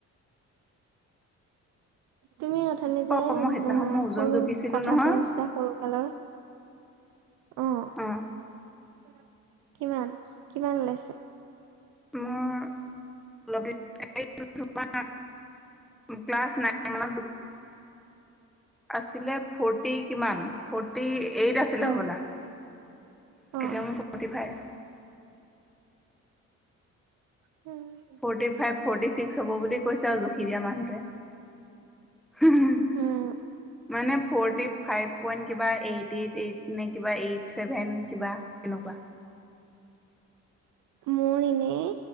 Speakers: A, on the right (about 80°); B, in the centre.
A: তুমি অথনি
B: অ
A: যে
B: মই সেইদিনাখন মোৰ
A: সৰু
B: ওজন জুখিছিলো
A: কথা
B: নহয়
A: কৈ আছে। সৰুকালৰ আহ
B: অ
A: কিমান কিমান ওলাইছে?
B: মোৰ <unintelligible> ক্লছ নাইন মান আছিলে ফৰ্টি কিমান? ফৰ্টি এইট আছিলে
A: অ',
B: হ'বলা এতিয়া
A: অ',
B: মোৰ ফৰ্টি ফাইভ।
A: উম
B: ফৰ্টি ফাইভ ফৰ্টি ছিক্স হ'ব বুলি পইচাও জুখি দিয়া মানুটোৱে মানে
A: উম,
B: ফৰটি ফাইভ পইন্ট কিবা এইট এইট এই নে কিবা এইট ছেভেন কিবা তেনেকুৱা।
A: মই এনেই।